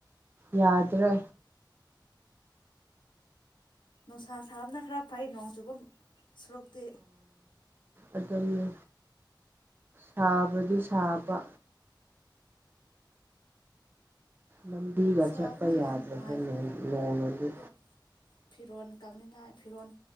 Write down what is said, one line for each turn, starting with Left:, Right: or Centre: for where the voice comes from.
Right: ꯌꯥꯗ꯭ꯔꯦ
Left: ꯅꯨꯡꯁꯥ ꯁꯥꯕꯅ ꯈꯔ ꯐꯩ ꯅꯣꯡ ꯆꯨꯕ ꯁꯨꯔꯨꯛꯇꯤ
Right: ꯑꯗꯨꯅꯤ ꯁꯥꯕꯗꯤ ꯁꯥꯕ ꯂꯝꯕꯤꯒ
Left: ꯁꯥꯕꯅ
Right: ꯆꯠꯄ ꯌꯥꯗ꯭ꯔꯁꯨ
Left: ꯍꯦꯟꯅ ꯅꯨꯡꯉꯥꯏꯈ꯭ꯔꯦ
Right: ꯅꯣꯡ ꯑꯗꯨ
Left: ꯑꯗꯨꯝ ꯐꯤꯔꯣꯜ ꯀꯛꯅꯤꯡꯉꯥꯏ ꯐꯤꯔꯣꯜ